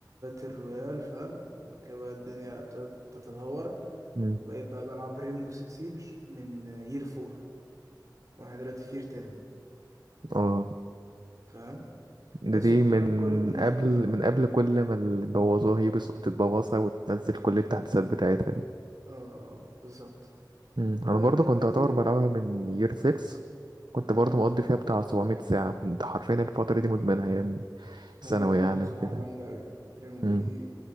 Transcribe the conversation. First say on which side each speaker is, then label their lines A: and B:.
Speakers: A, on the right (about 50°); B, on the right (about 80°).
A: رويال فاهم وبعد كده بقى الدنيا ابتدت تتطور
B: مم.
A: وبقيت بقى بلعب ريمبو 6 سيج من يير 4 واحنا دلوقتي في يير 10
B: اه
A: فاهم
B: ده
A: بس
B: دي
A: كنت
B: من
A: بلعب كول اوف ديوتي
B: قبل
A: من بقى اه
B: من قبل كل ما اللي بوظوها يوبي سوفت تبوظها وتنزل كل التحديثات بتاعتها دي
A: آه، بالظبط
B: مم.
A: ودلوقتي
B: انا برضو كنت اعتبر بلعبها من يير 6 كنت
A: اه
B: برضو مقضي فيها بتاع 700 ساعة كنت حرفيا الفترة دي مدمنها ايام
A: هي
B: ثانوي
A: ريمبو
B: يعني
A: الصراحة
B: وكده
A: جامدة أوي ريمبو
B: مم.
A: دي